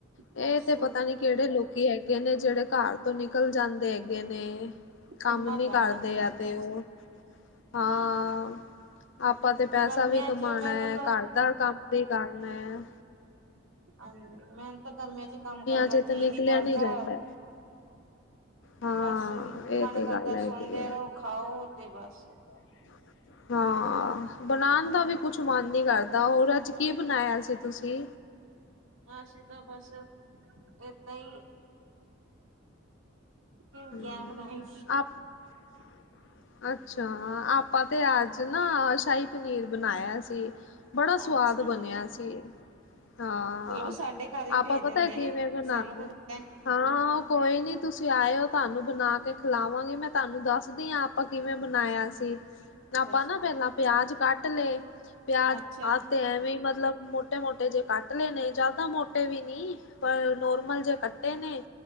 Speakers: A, on the left; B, on the right.
A: ਇਹ
B: ਬਸ
A: ਤੇ ਪਤਾਂ ਨੀ ਕਿਹੜੇ ਲੋਕ ਕੀ ਹੈਗੇ ਨੇਂ ਜਿਹੜੇ ਘਰ ਤੋਂ ਨਿਕਲ ਜਾਂਦੇ ਹੈਗੇ ਨੇ ਕੰਮ
B: ਹਿੰਮਤ
A: ਨੀਂ
B: ਹੈ
A: ਕਰਦੇ
B: ਇਹਨਾਂ ਦੀ ਵੀ
A: ਜਾਂ ਤੇ
B: ਬਸ
A: ਓ, ਹਾਂ ਆਪਾਂ ਤੇ ਪੈਸਾ
B: ਗਰਮੀਆਂ
A: ਵੀ ਕਮਾਣਾ
B: ਚ ਮੈਨੂੰ
A: ਐ, ਘਰ
B: ਤਾਂ
A: ਦਾ ਕੰਮ ਵੀ ਕਰਨਾਂ ਐ।
B: ਹਾਂਜੀ ਮੈਂਨੂੰ ਤਾਂ ਗਰਮੀਆਂ ਚ ਕੰਮ ਕਰਨ
A: ਚ
B: ਦਾ
A: ਤੇ
B: ਜੀਅ
A: ਨਿਕਲਿਆ
B: ਨੀ ਕਰਦਾ।
A: ਜਾਂਦਾ ਹਾਂ
B: ਬਸ
A: ਇਹ
B: ਮਨ
A: ਤੇ
B: ਕਰਦਾਂ
A: ਗੱਲ ਹੈਗੀ
B: ਸੋਦੇ
A: ਹੈ।
B: ਰਹੋਂ, ਖਾਓ ਤੇ ਬਸ।
A: <inaudible> ਹਾਂ, ਬਣਾਣ ਦਾ ਵੀ ਕੁੱਛ ਮਨ ਨੀਂ ਕਰਦਾਂ, ਹੋਰ ਅੱਜ਼ ਕੀ ਬਣਾਇਆਂ ਸੀ ਤੁਸੀਂ।
B: ਅਸੀਂ ਤਾਂ ਬਸ ਏਦਾਂ ਈ ਭਿੰਡੀਆਂ
A: ਹਮ
B: ਬਣਾਈ
A: <inaudible> ਅੱਛਾ, ਆਪਾਂ ਤੇ ਅੱਜ਼ ਨਾ ਸ਼ਾਹੀ ਪਨੀਰ ਬਣਾਇਆਂ ਸੀਂ। ਬੜਾਂ ਸਵਾਦ
B: ਅੱਛਾ
A: ਬਣਿਆਂ
B: ਜੀ
A: ਸੀ। ਹਾਂ,
B: ਚਲੋ ਸਾਡੇ ਘਰ ਵੀ
A: ਆਪਾਂ
B: ਭੇਜ
A: ਪਤਾਂ
B: ਦਿੰਦੇ
A: ਕਿਵੇਂ ਬਣਾਦੇ
B: ਸਾਨੂੰ ਤਾਂ
A: ਹਾਂ ਕੋਈ ਨੀਂ ਤੁਸੀਂ ਆਇਓ ਤੁਹਾਂਨੂੰ ਬਣਾਂ ਕੇ ਖਿਲਾਵਾਂਗੀ, ਮੈਂ ਤੁਹਾਂਨੂੰ ਦੱਸਦੀ ਆਂ ਆਪਾਂ ਕਿਵੇਂ ਬਣਾਇਆਂ ਸੀ। ਆਪਾਂ
B: ਦੱਸੋ
A: ਨਾ ਪਹਿਲਾਂ ਪਿਆਜ਼ ਕੱਟ ਲੇ, ਪਿਆਜ
B: ਅੱਛਾ
A: ਪਾਤੇ ਐਵੇ ਮਤਲਬ ਮੋਟ ਮੋਟੇ- ਮੋਟੇ ਜੇ ਕੱਟ ਲੇ ਨੇ ਜ਼ਿਆਦਾ ਮੋਟੇ ਵੀ ਨੀਂ ਪਰ ਨੋਰਮਲ ਜੇ ਕੱਟੇ ਨੇ